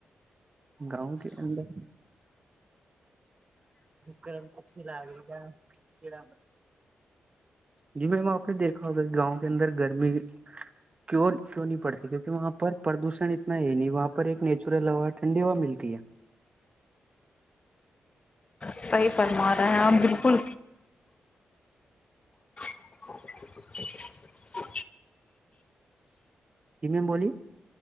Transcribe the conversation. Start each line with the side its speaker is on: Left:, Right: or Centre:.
Right: گاؤں کے اندر گرم تتی لگی جی میم آپ نے دیکھا ہوگا کہ گاؤں کے اندر گرمی کی کیوں نہیں پڑتی کیہ وہاں پردوشن اتنا ہے نہیں وہاں پر ایک نیچرل آو ٹھڈی ہوا ملتی ہے
Left: صحیح فرما رہے ہیں آپ بالکل <unintelligible>
Right: میم بولی